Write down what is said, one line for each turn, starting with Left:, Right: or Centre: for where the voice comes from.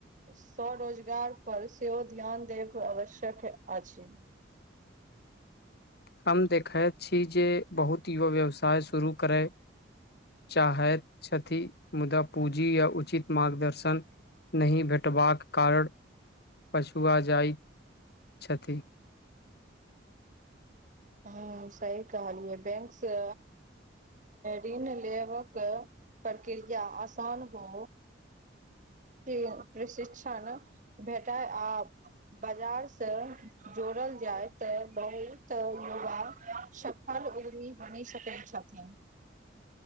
Right: स्व रोजगार पर सेहो ध्यान देब आवश्यक अछि
Left: हम देखैत छी जे बहुत युवा व्यवसाय शुरू करे चाहैत छथि मुदा पूँजी या उचित मार्गदर्शन नहि भेटबाक कारण पछुआ जाइत छथि
Right: ह सही कहलियै बैंक सँ ऋण लेबक प्रक्रिया आसान हो <unintelligible> प्रशिक्षण भेटाय आब बाजार सँ जोड़ल जाय तऽ बहुत युवाक फल उर्मी बनी सकै छथिन